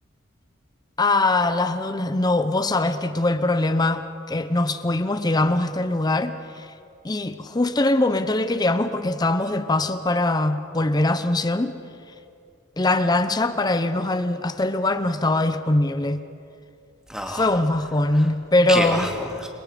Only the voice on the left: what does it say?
Ah, las dunas. No, vos sabés que tuve el problema que nos fuimos, llegamos hasta el lugar. Y justo en el momento en el que llegamos, porque estábamos de paso para volver a Asunción, la lancha para irnos al- hasta el lugar no estaba disponible.
Fue un bajón, pero,